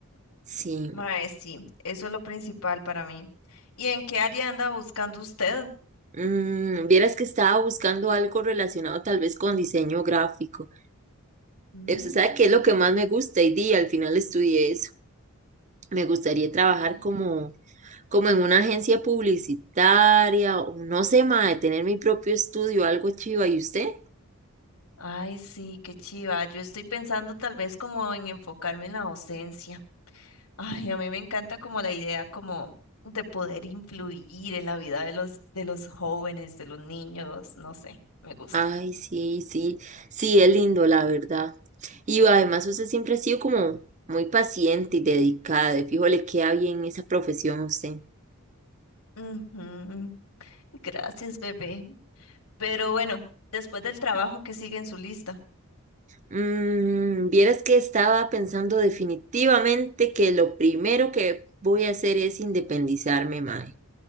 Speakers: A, on the right; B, on the left.
A: Sí,
B: Mae, sí, eso es lo principal para mí. ¿Y en qué área anda buscando usted?
A: Mm, vieras que estaba buscando algo relacionado tal vez con diseño gráfico.
B: Mm,
A: Eh, Usted sabe qué es lo que más me gusta y di, al final estudié eso. Me gustaría trabajar
B: sí.
A: como, como en una agencia publicitaria o no sé, mae, tener mi propio estudio, algo chiva. ¿Y usted?
B: Ay, sí, qué chiva. Yo estoy pensando tal vez como en enfocarme en la docencia. Ay, a mí me encanta como la idea como de poder influir en la vida de los, de los jóvenes, de los niños, no sé, me gusta.
A: Ay, sí, sí, sí, es lindo, la verdad. Y además usted siempre ha sido como muy paciente y dedicada. De fijo le queda bien esa profesión a usted.
B: Ujú. Gracias, bebé. Pero bueno, después del trabajo que sigue en su lista.
A: Mm, vieras que estaba pensando definitivamente que lo primero que voy a hacer es independizarme, mae.